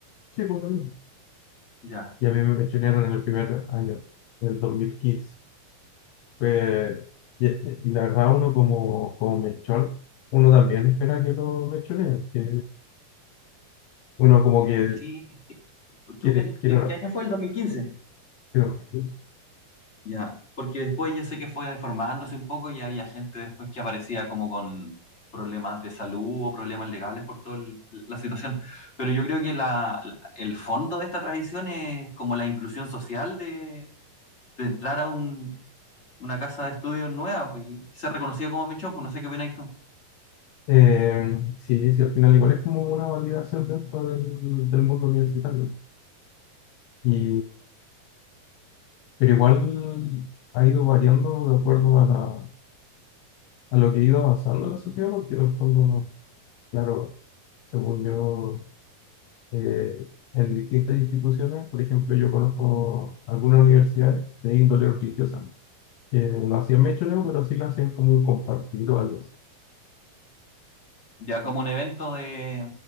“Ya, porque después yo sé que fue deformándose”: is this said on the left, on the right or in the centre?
Left